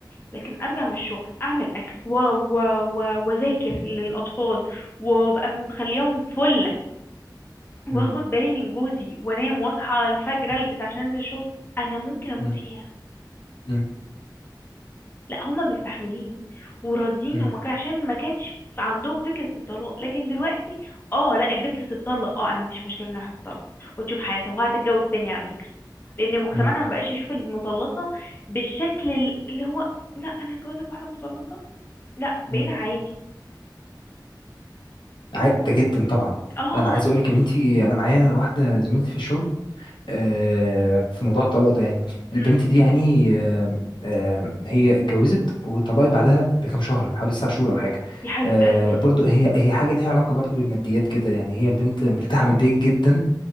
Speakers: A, on the left; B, on the left.
A: لكن ارجع من الشغل اعمل اكل و- و- و- واذاكر للاطفال وابقى مخليهم فله واخد
B: مم.
A: بالي من جوزي وانام واصحى الفجر البس عشان انزل الشغل انا ممكن اموت
B: مم. مم.
A: فيها
B: مم.
A: لا هما مستحملين وراضيين
B: مم.
A: وما كان عشان ما كانش في عندهم فكرة الطلاق لكن دلوقتي اه لا البنت تتطلق اه انا ما عنديش مشكلة ان الواحد تتطلق وتشوف حياتها وهتتجوز تاني على فكرة لان مجتمعنا
B: مم.
A: ما بقاش يشوف المطلقة بالشكل ال- اللي هو لا انا هتجوزك واحدة مطلقة لا بقينا
B: مم.
A: عادي
B: عا- ده جدا طبعا
A: اه
B: انا
A: اه
B: عايز اقول لك يا بنتي انا معايا واحده زميلتي في الشغل آه، في موضوع الطلاق ده يعني البنت
A: مم.
B: دي يعني آه، آه، هي اتجوزت وطلقت بعدها بكام شهر بحوالي تسع شهور او حاجه
A: يا حبيبة
B: آه،
A: قلبي
B: برضو هي هي حاجه ليها علاقه برضو بالماديات كده يعني هي البنت مرتاحه ماديا جدا